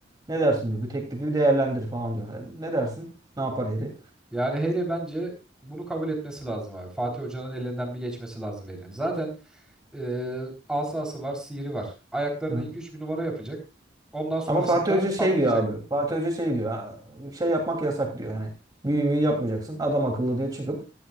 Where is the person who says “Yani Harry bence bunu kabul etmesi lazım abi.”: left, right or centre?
Centre